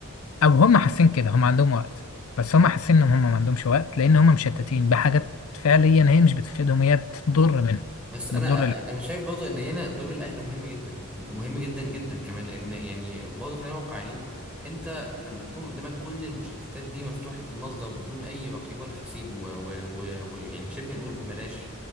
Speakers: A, on the left; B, in the centre.
A: او هم حاسين كده هم عندهم وقت بس هم حاسين ان هم ما عندهمش وقت لان هم مشتتين بحاجات فعليا هي مش بتفيدهم هي بتضر منهم
B: بس انا
A: بتضر ال-
B: انا شايف برضه ان هنا دور الاهل مهم جدا مهم جدا جدا كمان لان يعني برضه خلينا واقعيين انت لما تكون قدامك كل المشتتات دي مفتوحة المصدر بدون اي رقيب ولا حسيب ويعني و... و... و- ويعني شبه نقول ببلاش